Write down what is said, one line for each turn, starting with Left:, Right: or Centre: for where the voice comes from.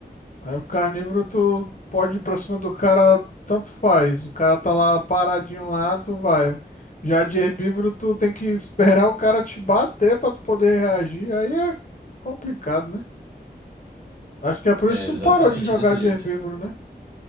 Left: aí o carnívoro, tu pode ir pra cima do cara, tanto faz. O cara tá lá paradinho lá, tu vai. Já de herbívoro, tu tem que esperar o cara te bater pra tu poder reagir. Aí é complicado, né? Acho que é por
Right: É,
Left: isso que
Right: exatamente
Left: tu parou de jogar
Right: desse
Left: de
Right: jeito.
Left: herbívoro, né?